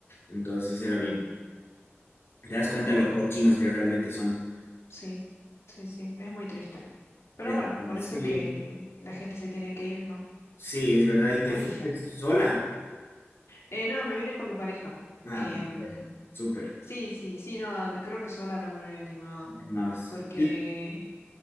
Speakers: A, on the left; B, on the left.
A: Entonces era
B: mm,
A: bien. Te das cuenta lo cochinos que realmente son.
B: sí, sí, sí, es muy triste. Pero
A: Es-
B: bueno, por eso
A: sí,
B: es que el- la gente se tiene que ir, ¿no?
A: sí, es verdad. ¿Y te
B: O elige.
A: fuiste sola?
B: Eh, no, me vine con mi pareja.
A: Ah,
B: Em,
A: con tu pareja. Súper.
B: Sí, sí, sí, no, creo que sola no me hubiera animado,
A: Te animabas.
B: porque
A: Sí.